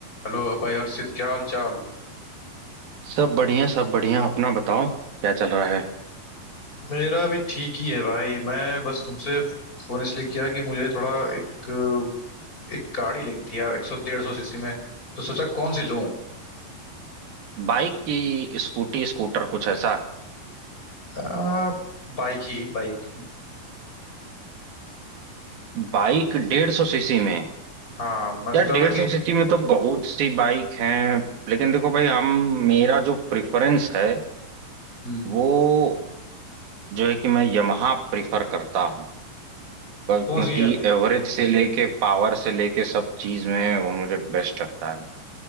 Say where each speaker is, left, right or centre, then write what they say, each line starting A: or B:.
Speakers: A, on the left; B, on the right.
A: Hello भाई हर्षित क्या हाल चाल
B: सब बढ़िया सब बढ़िया अपना बताओ क्या चल रहा है
A: मेरा अभी ठीक ही है भाई मैं बस तुमसे फोन इसलिए किया कि मुझे थोड़ा एक एक गाड़ी लेनी थी यार एक सौ डेढ़ सौ सीसी में तो सोचा कौन सी लूं
B: बाइक की स्कूटी स्कूटर कुछ ऐसा
A: आ, बाइक ही बाइक
B: बाइक डेढ़ सौ सीसी में
A: हाँ मैं सोच
B: यार
A: रहा
B: डेढ़
A: था
B: सौ
A: कि
B: सीसी में तो बहुत सी बाइक हैं लेकिन देखो भाई हम मेरा जो प्रेफरेंस है
A: हम्म
B: वो जो है कि मैं यमहा प्रेफर करता हूँ पर क्योंकि
A: कौन सी है?
B: एवरेज से लेके पावर से लेके सब चीज में वो मुझे बेस्ट लगता है